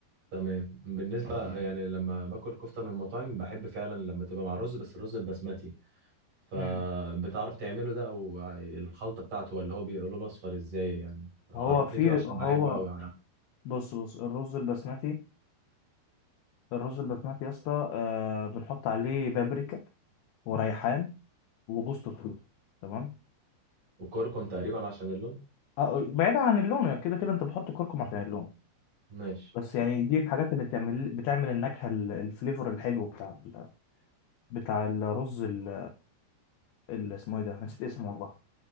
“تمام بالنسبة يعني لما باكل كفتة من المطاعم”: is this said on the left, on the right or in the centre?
Right